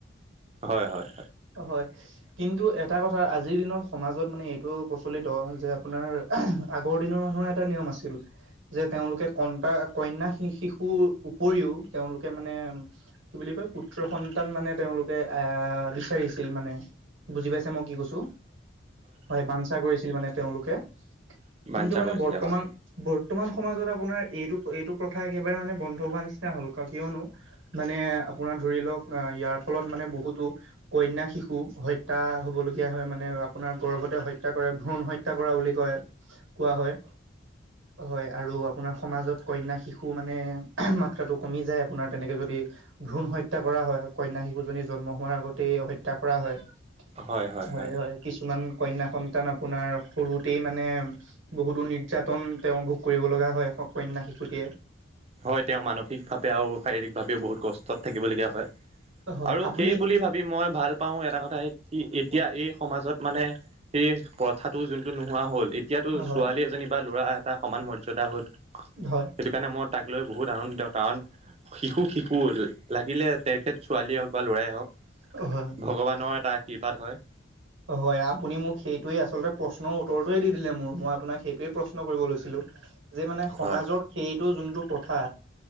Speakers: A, on the right (about 30°); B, on the right (about 75°).
A: হয়-হয়-হয়।
B: হয় কিন্তু এটা কথা আজিৰ দিনত সমাজত মানে এইটো প্ৰচলিত যে আপোনাৰ আগৰ দিনৰ মানুহৰ এটা নিয়ম আছিল। যে তেওঁলোকে কোণতা কন্যা শিশুৰ উপৰিও তেওঁলোকে মানে কি বুলি পুত্ৰ সন্তান মানে তেওঁলোকে আহ বিচাৰিছিল মানে বুজি পায় চে মই কি কৈছো হয়, বানছা কৰিছিল মানে তেওঁলোকে।
A: বাঞ্ছা
B: কিন্তু মানে
A: কৰিছিলে
B: বৰ্তমান
A: হয়
B: বৰ বৰ্তমান সমাজত আপোনাৰ এইটো এইটো প্ৰথা একেবাৰে মানে বন্ধ হোৱা নিচিনা হ'ল, ক কিয়নো মানে আপোনাৰ ধৰি লওক আহ ইয়াৰ ফলত মানে বহুতো কন্যা শিশু হত্যা হ'বলগীয়া হয় মানে আপোনাৰ গৰ্ভতে হত্যা কৰে ভ্ৰণ হত্যা কৰা বুলি কয়। কোৱা হয়। হয় আৰু আপোনাৰ সমাজত কন্যা শিশু মানে মাত্ৰাটো কমি যায় আপোনাৰ তেনেকে যদি ভ্ৰুণ হত্যা কৰা হয় কন্যা শিশুজনী জন্ম হোৱাৰ আগতে হত্যা কৰা হয়-হয়-হয়
A: হয় হয় হয়
B: কিছুমান কন্যা টান আপোনাৰ সৰুতেই মানে বহুতো নিৰ্যাতন তেওঁ ভোগ কৰিব লগা হয় কন্যা। সুটিয়ে
A: হয় তেওঁ মানসিকভাৱে আৰু শাৰীৰিক ভাৱেও বহুত কষ্টত থাকিবলগীয়া হয়
B: হয়
A: আৰু
B: আপুনি
A: সেই বুলি ভাবি মই ভাল পাওঁ এটা কথাই কি এতিয়া এই সমাজত মানে সেই প্ৰথাটো যোনটো নোহোৱা হ'ল এতিয়াতো
B: হয়
A: ছোৱালী এজনী বা ল'ৰা এটা সমান মৰ্যদা হ'ল
B: হয়
A: সেইকাৰণে মই তাক লৈ বহুত আনন্দিত কাৰণ শিশু শিশু লাগিলে তেখেত ছোৱালীয়ে হওঁক বা লৰাই হওঁক
B: হয়
A: ভগৱানৰ এটা আশীৰ্বাদ হয়
B: হয় আপুনি মোক সেইটোৱে আচলতে প্ৰশ্নৰ উত্তৰটোৱে দি দিলে মোৰ মই আপোনাক সেইটোৱে প্ৰশ্ন কৰিব লৈছিলো যে মানে সমাজৰ
A: হয়
B: সেইটো যোনটো প্ৰথা